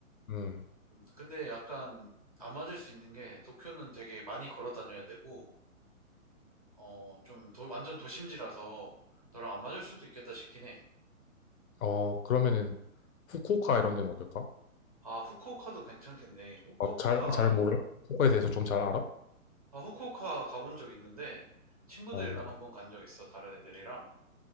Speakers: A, on the left (about 70°); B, on the right (about 30°).
A: 음,
B: 음, 근데 약간 안 맞을 수 있는 게 도쿄는 되게 많이 걸어 다녀야 되고, 어, 좀 도- 완전 도심지라서 너랑 안 맞을 수도 있겠다 싶긴 해.
A: 어, 그러면은 후쿠오카 이런 데는 어떨까?
B: 아, 후쿠오카도 괜찮겠네. 후쿠오카,
A: 어, 잘, 잘 몰라. 후쿠오카에 대해서 좀 잘 알아?
B: 아, 후쿠오카 가본 적 있는데 친구들이랑
A: 어,
B: 한번 간 적 있어. 다른 애들이랑.